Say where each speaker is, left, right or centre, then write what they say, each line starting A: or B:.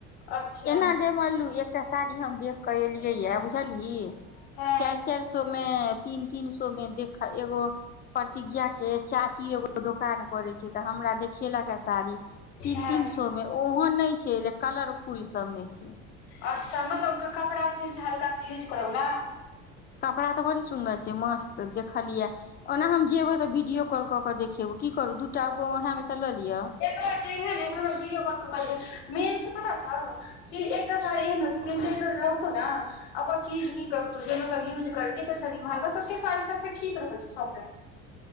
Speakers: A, on the left; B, on the left.
A: अच्छा
B: एना गेमललू एकटा साड़ी हम देख कऽ एलियै यए बुझलियी
A: हँ
B: चारि चारि सो मे तीन तीन सो मे देखा एगो प्रतिज्ञा के चाची एगो दोकान करे छै तऽ हमरा देखेलक ह साड़ी तीन
A: हँ
B: तीन सो मे ओहोन नहि छै कलरफुल सबमे छै
A: अच्छा मतलब कपड़ा कीन हल्का से यूज करबला
B: कपड़ा तऽ बड़ी सुंदर छै मस्त देखलियै ओना हम जेबे तऽ वीडियो कॉल कऽ के देखेबो की करू दूटा गगो उह मेसा लऽ लिअ
A: एत जे ने एकमे भीडियओ कल क क मेन छै पता छौ ची एकटा साड़ी एन रहतौ ने अगर चीज कर यूज कर त म तीेर ठीक रहै